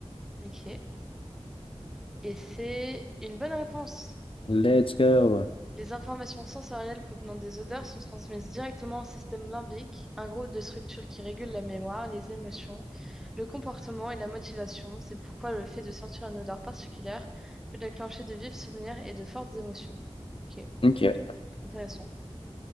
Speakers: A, in the centre; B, on the left.
A: Ok. Et c'est une bonne réponse.
B: Let's go.
A: Les informations sensorielles provenant des odeurs sont transmises directement au système limbique, un groupe de structures qui régule la mémoire, les émotions, le comportement et la motivation. C'est pourquoi le fait de sentir une odeur particulière peut déclencher de vifs souvenirs et de fortes émotions. Ok,
B: Ok.
A: intéressant.